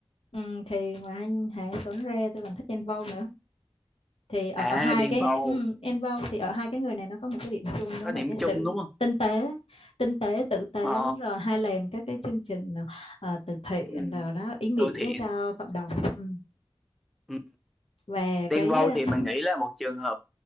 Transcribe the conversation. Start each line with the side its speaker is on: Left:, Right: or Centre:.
Left: ừ, thì ngoài anh Hà Tuấn Rê tôi còn thích Đen Vâu nữa thì ở,
Centre: à
Left: ở hai
Centre: Đen
Left: cái
Centre: Vâu
Left: ừ, Đen Vâu thì ở hai cái người này nó có một cái điểm chung đó
Centre: có
Left: là
Centre: điểm
Left: cái sự
Centre: chung đúng không
Left: tinh tế tinh tế tử tế
Centre: ờ
Left: đúng rồi hay làm các cái chương trình ờ, ờ, từ thiện
Centre: ừ,
Left: rồi đó ý nghĩa
Centre: Thưa Thiện
Left: cho cộng đồng ừ.
Centre: ừ.
Left: và
Centre: Đen
Left: cái
Centre: Vâu thì
Left: ừ,
Centre: mình nghĩ là một trường hợp